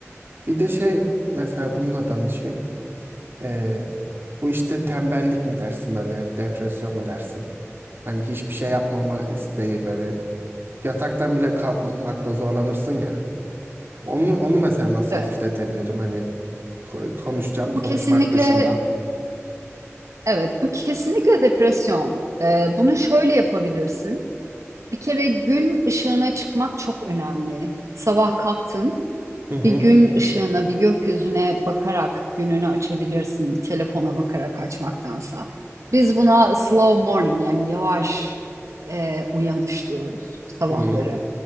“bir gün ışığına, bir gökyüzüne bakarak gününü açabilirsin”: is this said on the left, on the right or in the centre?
Right